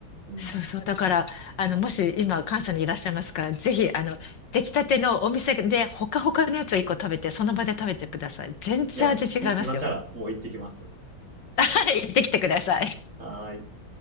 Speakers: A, on the right (about 35°); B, on the left (about 60°).
A: うん。
B: そうそう。だから、あの、もし今、関西にいらっしゃいますから、ぜひ、あの、出来たてのお店で、ほかほかのやつを一個食べて、その場で食べてください。全然味違いますよ。
A: いや、もうい、い今からもう行ってきます。
B: <laughs> はい、行ってきてください。
A: はーい。